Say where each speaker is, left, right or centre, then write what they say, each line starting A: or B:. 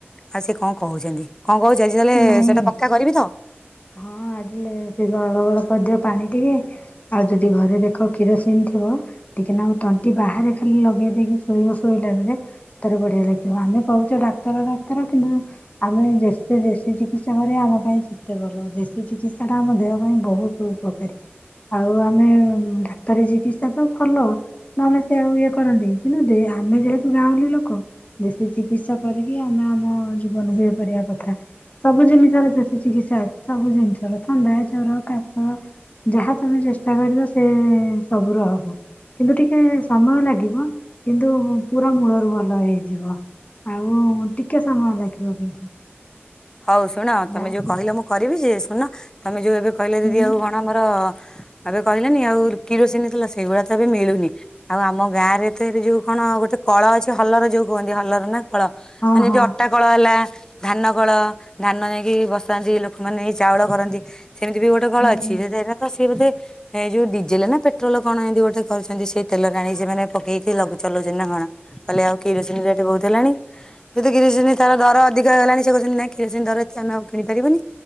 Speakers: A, on the left; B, on the left.
A: ଆଉ ସିଏ କଣ କହୁଛନ୍ତି କଣ କହୁଚ ଆଜି ତାହେଲେ
B: ନାଇଁ
A: ସେଇଟା ପକ୍କା କରିବି ତ?
B: ହଁ। ବାଜିଲେ ସେ ଗଳ ଗଳ କରିଦିଅ ପାଣି ଟିକେ ଆଉ ଯଦି ଘରେ ଦେଖ କିରୋସିନ ଥିବ ଟିକେ ନାକୁ ତଣ୍ଟି ବାହାରେ ଖାଲି ଲଗେଇ ଦେଇକି ଶୋଇବ ଶୋଇଲା ବେଳେ ତାର ବଢିଆ ଲାଗିବ ଆମେ କହୁଛ ଡା ଡାକ୍ତର ଡାକ୍ତର କିନ୍ତୁ ଆମେ ଯେତେ ଦେଶୀ ଚିକିତ୍ସା କରିବା ଆମ ପାଇଁ ସେତେ ଭଲ ଦେଶୀ ଚିକିତ୍ସାଟା ଆମ ଦେହ ପାଇଁ ବହୁତ ଉପକାରି। ଆଉ ଆମେ ଡାକ୍ତରୀ ଚିକିତ୍ସା ତ ଭଲ ନହେଲେ ସେ ଆଉ ଇଏ କରନ୍ତି। କିନ୍ତୁ ଯେ ଆମେ ଯେହେତୁ ଗାଁଉଁଲି ଲୋକ ଦେଶୀ ଚିକିତ୍ସା କରିକି ଆମେ ଆମ ଜୀବନକୁ ଏ କରିବା କଥା। ସବୁ ଜିନିଷର ଦେଶୀ ଚିକିତ୍ସା ଅଛି ସବୁ ଜିନଷର ଥଣ୍ଡା, ଜର, କାଶ ଯାହା ତମେ ଚେଷ୍ଟା କରିବ ସେ ସବୁର ହବ। କିନ୍ତୁ ଟିକେ ସମୟ ଲାଗିବ କିନ୍ତୁ ପୁରା ମୂଳରୁ ଭଲ ହେଇଯିବ। ଆଉ ଟିକେ ସମୟ ଲାଗିବ କିନ୍ତୁ।
A: ହଉ ଶୁଣ ତମେ
B: ଯାହାକି
A: ଯୋଉ କହିଲ ମୁଁ କରିବି ଯେ, ଶୁଣୁନ ତମେ ଯୋଉ ଏବେ କହିଲ
B: ହୁଁ
A: ଦିଦି ଆଉ କଣ ମୋର ଏବେ କହିଲନି ଆଉ କିରୋସିନି ତେଲ ସେଇଗୁଡା ତ ଏବେ ମିଳୁନି ଆଉ ଆମ ଗାଁରେ ତ ଏବେ ଯୋଉ କଣ ଗୋଟେ କଳ ଅଛି ହଲର ଯୋଉ କୁହନ୍ତି ହଲର ନା କଳ
B: ହଁ
A: ମାନେ
B: ହଁ
A: ଯଦି ଅଟା କଳ ହେଲା, ଧାନ କଳ ଧାନ ନେଇକି ବସାନ୍ତି ଲୋକମାନେ ଚାଉଳ କରନ୍ତି ସେମିତି ବି ଗୋଟେ କଳ
B: ହୁଁ
A: ଅଛି ଯଦି ଏକା ତ ସିଏ ବୋଧେ ଏ ଯୋଉ ଡିଜେଲ ନା ପେଟ୍ରୋଲ କଣ ଏମିତି ଗୋଟେ କରୁଛନ୍ତି ସେଇ ତେଲଟା ଆଣିକି ସେମାନେ ପକେଇକି ଲଗୁ ଚଲଉଛନ୍ତି ନା କ ହଁ କହିଲେ ଆଉ କିରୋସିନି ରେଟେ ବହୁତୁ ହେଲାଣି ଯେହେତୁ କିରୋସିନି ତାର ଦର ଅଧିକ ହେଇ ଗଲାଣି ସେ କହୁଛନ୍ତି ନାଇଁ କିରୋସିନି ଦର ଅଛି ଆମେ ଆଉ କିଣି ପାରିବାନି।